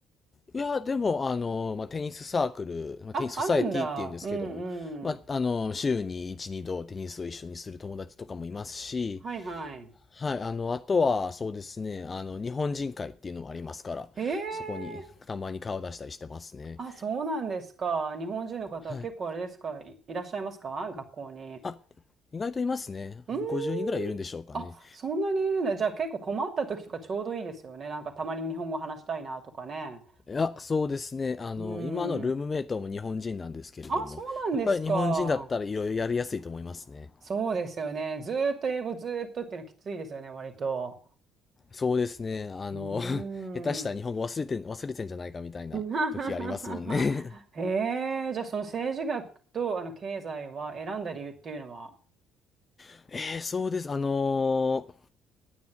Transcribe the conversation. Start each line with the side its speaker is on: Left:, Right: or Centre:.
Left: いや、でも、あの、まあ、テニスサークル、まあ、
Right: あ、
Left: テニスソサエティっていうんですけど、
Right: あるんだ。うんうん。
Left: まあ、あの、週に1、2度テニスを一緒にする友達とかもいますし、
Right: はいはい。
Left: はい、あの、あとは、そうですね、あの、日本人会っていうのもありますから、
Right: へえ。
Left: そこにたまに顔出したりしてますね。
Right: あ、そうなんですか。日本人の方は結構あれですか、
Left: はい。
Right: い、いらっしゃいますか学校に。
Left: あ、意外といますね。
Right: うーん。
Left: 50人ぐらいいるんでしょうかね。
Right: あ、そんなにいるんだ。じゃあ結構困った時とかちょうどいいですよね。なんかたまに日本語話したいなとかね。
Left: いや、そうですね。あの、
Right: うーん。
Left: 今のルームメイトも日本人なんですけれども、
Right: あ、そうなんですか。
Left: やっぱり日本人だったらいろいろやりやすいと思いますね。
Right: そうですよね。ずーっと英語ずーっとっていうのきついですよね、割と。
Left: そうですね。あの、
Right: うーん。
Left: <laughs> 下手したら日本語忘れてん、忘れてんじゃないかみたいな時がありますもんね。
Right: <laughs> へえ、じゃあその政治学とあの経済は選んだ理由っていうのは。
Left: <laughs> えーそうです。あの